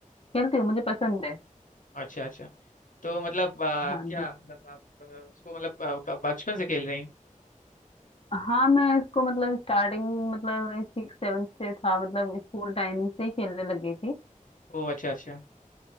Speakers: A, on the left; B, on the left.
A: खेलती हूँ मुझे पसंद है
B: अच्छा अच्छा तो मतलब आ,
A: हाँ
B: क्या
A: जी
B: मतलब आप आ, उसको मतलब आ, बचपन से खेल रही हैं
A: हाँ मैं इसको मतलब स्टार्टिंग मतलब सिक्स सेवन्थ से था मतलब स्कूल टाइमिंग से ही खेलने लग गई थी
B: ओ अच्छा अच्छा